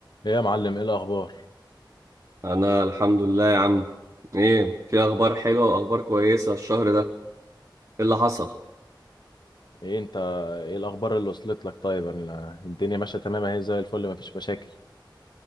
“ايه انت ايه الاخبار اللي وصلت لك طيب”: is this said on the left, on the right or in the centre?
Left